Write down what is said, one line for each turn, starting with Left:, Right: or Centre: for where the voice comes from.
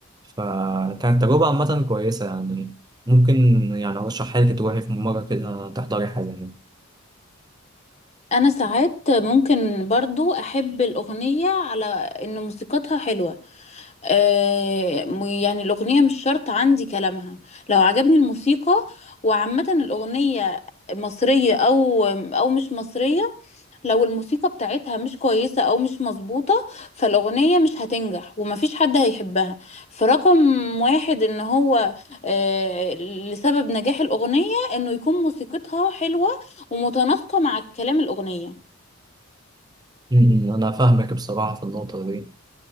Right: فكانت تجربه عامه كويسه يعني ممكن يعني ارشحها لك تروحي في مره كده تحضري حاجه
Left: انا ساعات ممكن برضو احب الاغنية على ان موسيقتها حلوة آه، م- يعني الاغنية مش شرط عندي كلامها لو عجبني الموسيقى وعامة الاغنية مصرية او او مش مصرية لو الموسيقى بتاعتها مش كويسة او مش مظبوطة فالاغنية مش هتنجح ومفيش حد هيحبها فرقم واحد ان هو آه، لسبب نجاح الاغنية انه يكون موسيقتها حلوة ومتناسقة مع كلام الأغنية
Right: م- م. انا فاهمك بصراحه في النقطه دي